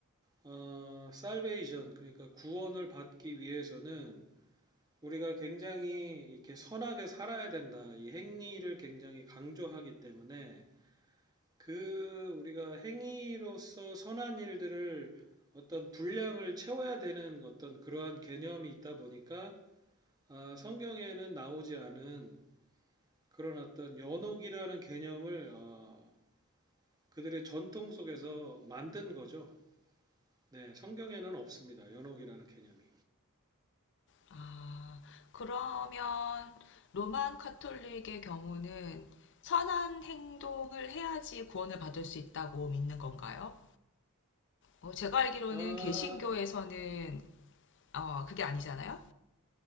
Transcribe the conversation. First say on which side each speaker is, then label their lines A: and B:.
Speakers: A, on the right; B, on the left.
A: 어, 살베이션 그러니까 구원을 받기 위해서는 우리가 굉장히 이렇게 선하게 살아야 된다. 이 행위를 굉장히 강조하기 때문에 그 우리가 행위로서 선한 일들을 어떤 분량을 채워야 되는 어떤 그러한 개념이 있다 보니까 아, 성경에는 나오지 않은 그런 어떤 연옥이라는 개념을 어, 그들의 전통 속에서 만든 거죠. 네, 성경에는 없습니다. 연옥이라는 개념이.
B: 아, 그러면 로만 카톨릭의 경우는 선한 행동을 해야지 구원을 받을 수 있다고 믿는 건가요? 어, 제가 알기로는
A: 아,
B: 개신교에서는 어, 그게 아니잖아요?